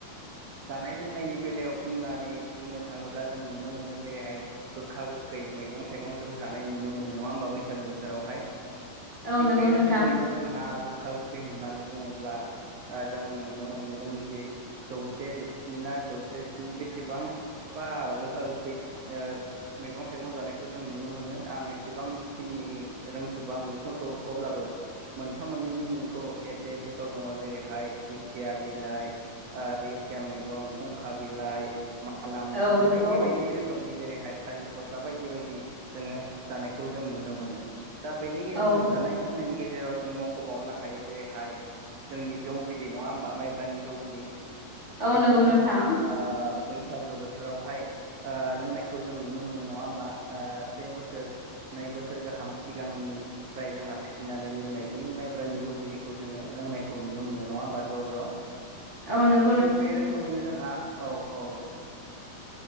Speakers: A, on the right (about 85°); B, on the right (about 30°).
A: जानाय लोंनायनि बेलायाव बुंनानै बुंनो थाङोब्ला जों नुनो मोनो जेरैहाय गोखा गोखै मैगं थाइगं जों जानाय नुनो मोनो नङा होमबा बैसागो बोथोरावहाय
B: औ
A: थिग
B: नंगौ
A: बे
B: नोंथां
A: रोखोमैनो जोंहा गोखा गोखै होननानै बुङोब्ला जों नुनो मोनबोदों जे जौ से जिस्नि ना जौसे स्नि बेसेबां बा गोखा गोखै मैगं थाइगं जानायखौ जों नुनो मोनो आं एसेबांखिनि रोंजोबा मुंफोरखौ अब्लाबो मोनथाम मोननैनि मुंखौ एसे गोसोआव दङ' जेरैहाय दिंखिया बिलाइ ओ दै खिया मैगं फुंखा बिलाइ माना मुनि
B: औ नंगौ
A: बायदि बायदि रोखोमनि जेरैहाय थालिर फस्ला बायदि बायदि जोङो जानायखौ जों नुनो मोनो दा बेनि गेजेरजों
B: औ
A: जानाय-लोंनायनि गेजे जेराव जों मख'बावनो हायो जेरैहाय जोंनि जौ बिदै नङा होमबा माइब्रानि जौ बिदै
B: औ
A: बेखौ
B: नंगौ
A: जोंहा
B: नोंथां
A: ओ बै बैसागो बोथोरावहाय ओ लोंनायखौ जों नुनो मोनो नङा होमबा ओ से बोसोर नै बोसोर गाहाम सिगांनिफ्राय जोंहा फिसिनानै दोनो होननाय बै माइब्रानि जौ बिदैखौ जोङो लोंनाय खौ नुनो मोनो नङा होमबा ज' ज'
B: औ नों
A: थिग बे रोखोमैनो जोंहा औ औ ओ